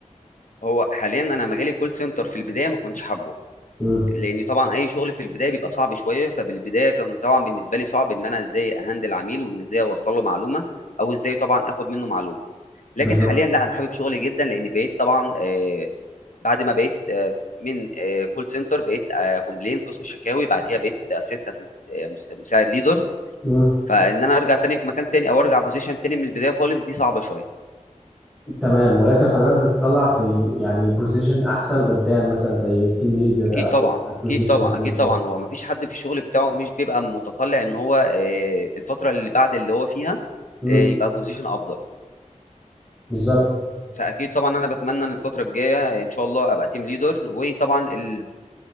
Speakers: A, on the left; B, in the centre.
A: هو حاليا انا مجالي كول سنتر في البدايه ما كنتش حابه
B: مم.
A: لان طبعا اي شغل في البدايه بيبقى صعب شويه فبالبدايه كان طبعا بالنسبه لي صعب ان انا ازاي اهندل عميل وان ازاي اوصل له معلومه او ازاي طبعا اخد منه معلومه لكن
B: بالظبط
A: حاليا لا انا حابب شغلي جدا لان بقيت طبعا آه، بعد ما بقيت آه، من كول سنتر بقيت كومبلين قسم شكاوي بعديها بقيت اسيستنت مساعد ليدر
B: مم.
A: فان انا ارجع تاني في مكان تاني او ارجع بوزيشن تاني من البدايه خالص دي صعبه شويه
B: تمام ولكن حضرتك بتطلع في يعني بوزيشن أحسن قدام مثلا زي تيم ليدر
A: اكيد
B: أو
A: طبعا
B: أكوزيشن
A: اكيد طبعا
B: مانجر
A: اكيد طبعا هو مفيش حد في الشغل بتاعه مش بيبقى متطلع ان هو آه، الفتره اللي بعد اللي هو فيها
B: مم.
A: آه، يبقى بوزيشن افضل
B: بالظبط
A: فاكيد طبعا انا بتمنى ان الفتره الجايه ان شاء الله ابقى تيم ليدر وطبعا الدنيا